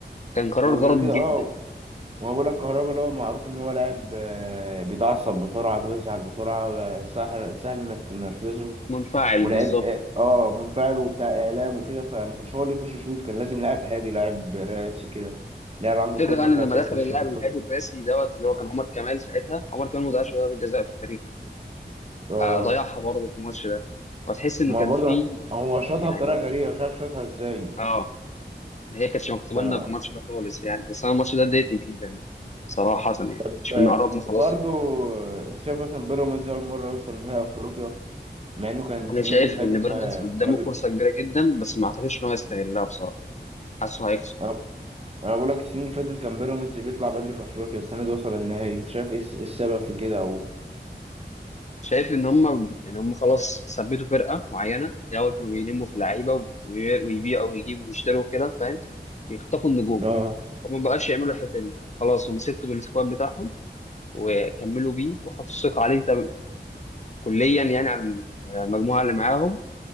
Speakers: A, on the left (about 40°); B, on the right (about 35°).
A: كان قرار
B: وغير
A: غلط
B: كده
A: جدا
B: اه ما بقول لك كهربا اللي هو معروف ان هو لاعب آه، بيتعصب بسرعه بيزعل بسرعه آه، سهل سهل انك تنرفزه
A: منفعل
B: ولاعب
A: بالظبط
B: اه آه، منفعل وبتاع اعلام وكده فما كانش هو اللي يخش يشوط كان لازم لاعب هادي لاعب راسي كده لاعب عنده
A: فكرة
B: خبره
A: يعني
B: كافيه
A: لما دخل
B: يخش
A: اللاعب
B: يحطها
A: الهادي الراسي دوت اللي هو كان عمر كمال ساعتها عمر كمال ما ضيعش ولا ضربة جزاء في تاريخه
B: اه
A: آه ضيعها برضه في الماتش ده فتحس ان
B: ما
A: كان
B: هو برضه
A: في
B: هو شاطها
A: يعني
B: بطريقه غريبه مش عارف شاطها ازاي
A: اه هي كانتش مكتوبة
B: فانا
A: لنا في الماتش ده خالص يعني بس انا الماتش ده اتضايقت جدا صراحة يعني
B: ب...
A: مش كنا قربنا خلاص
B: برضو انت شايف مثلا بيراميدز اول مره يوصل نهائي افريقيا مع انه كان السنين
A: انا شايف
B: اللي فاتت
A: ان بيراميدز
B: ما
A: قدامه
B: ما بي...
A: فرصة كبيرة جدا بس ما اعتقدش ان هو يستغلها بصراحة حاسه هيخسر
B: انا أنا بقول لك السنين اللي فاتت كان بيراميدز بيطلع بدري في افريقيا السنه دي وصل النهائي انت شايف ايه الس- إيه السبب في كده او
A: شايف ان هم يعني هم خلاص ثبتوا فرقه معينه الاول كانوا بيلموا في اللعيبه وي- ويبيعوا ويجيبوا ويشتروا كده فاهم يخطفوا النجوم
B: اه
A: فما بقاش يعملوا الحته دي خلاص هم سبتوا بالسكواد بتاعهم وكملوا بيه وحطوا الثقه عليه تم- كليا يعني على المجموعه اللي معاهم